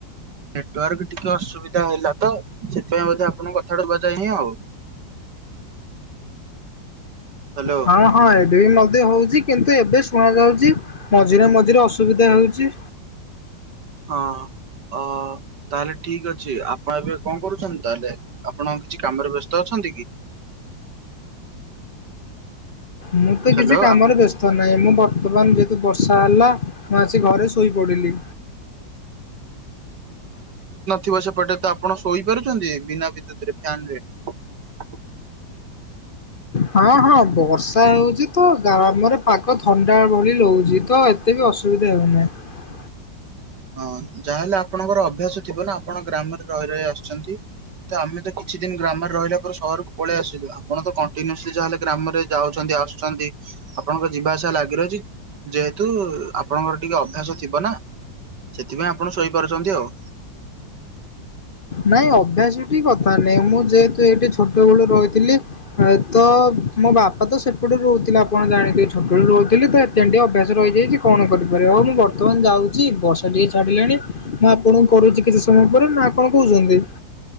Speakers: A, on the right; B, on the left.
A: ନେଟୱାର୍କ ଟିକେ ଅସୁବିଧା ହେଲା ତ ସେଥିପାଇଁ ବୋଧେ ଆପଣଙ୍କୁ କଥାଟା ଶୁଭାଯାଇନି ଆଉ। ହ୍ୟାଲୋ।
B: ହଁ ହଁ ଏବେ ବି ମଧ୍ୟ ହଉଛି କିନ୍ତୁ ଏବେ ଶୁଣା ଯାଉଛି ମଝିରେ ମଝିରେ ଅସୁବିଧା ହେଉଛି।
A: ହଁ, ଅ ତାହେଲେ ଠିକ ଅଛି ଆପଣ ଏବେ କଣ କରୁଛନ୍ତି ତାହେଲେ? ଆପଣ କିଛି କାମରେ ବ୍ୟସ୍ତ ଅଛନ୍ତି କି?
B: ମୁଁ ତ
A: ହ୍ୟାଲୋ
B: କିଛି କାମରେ ବ୍ୟସ୍ତ ନା ନାଇଁ ମୁଁ ବର୍ତ୍ତମାନ ଯେହେତୁ ବର୍ଷା ହେଲା ମୁଁ ଆସି ଘରେ ଶୋଇପଡ଼ିଲି।
A: ଥିବ ସେପଟେ ତ ଆପଣ ଶୋଇପାରୁଛନ୍ତି ବିନା ବିଦ୍ୟୁତ୍ ରେ ଫ୍ୟାନ ରେ?
B: ହଁ ହଁ, ବର୍ଷା ହଉଛି ତ ଗାଁ ଆମର ପାକ ଥଣ୍ଡା ଭଳି ଲହୁଛି ତ ଏତେ ବି ଅସୁବିଧା ହେଉ ନାହିଁ।
A: ହଁ, ଯାହାହେଲେ ଆପଣଙ୍କର ଅଭ୍ୟାସ ଥିବ ନା ଆପଣ ଗ୍ରାମରେ ରହି ରହି ଆସୁ ଛନ୍ତି। ତ ଆମେ ତ କିଛି ଦିନ ଗ୍ରାମରେ ରହିଲା ପରେ ସହରକୁ ପଳେଇ ଆସିଲୁ ଆପଣ ତ କଣ୍ଟିନ୍ୟୁସଲି ଯାହାଲେ ଗ୍ରାମରେ ଯାଉଛନ୍ତି ଆସୁଛନ୍ତି ଆପଣଙ୍କ ଯିବା ଆସିବା ଲାଗି ରହୁଛି ଯେହେତୁ ଆପଣଙ୍କର ଟିକେ ଅଭ୍ୟାସ ଥିବ ନା ସେଥିପାଇଁ ଆପଣ ଶୋଇପାରୁଛନ୍ତି ଆଉ।
B: ନାଇଁ, ଅଭ୍ୟାସଟି କଥା ନାଇଁ ମୁଁ ଯେହେତୁ ଏଇଠି ଛୋଟ ବେଳୁ ରହିଥିଲି ତ ମୋ ବାପା ତ ସେପଟେ ରହୁଥିଲେ ଆପଣ ଜାଣିଥିବେ ଛୋଟ ରୁ ରହୁଥିଲେ ତ ହେଇଥିପାଇଁ ଟିକେ ଅଭ୍ୟାସ ରହିଯାଇଛି କଣ କରିପାରେ ହଉ ମୁଁ ବର୍ତ୍ତମାନ ଯାଉଛି ବର୍ଷା ଟିକେ ଛାଡିଲାଣି ମୁଁ ଆପଣଙ୍କୁ କରୁଛି କିଛି ସମୟ ପରେ ନା କଣ କହୁଛନ୍ତି?